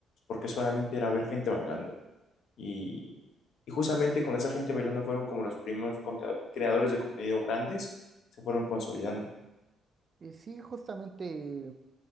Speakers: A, on the left (about 70°); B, on the right (about 40°).
A: porque solamente era ver gente bailando. Y, y justamente con esa gente bailando fueron como los primeros conta- creadores de contenido grandes, se fueron consolidando.
B: Y sí, justamente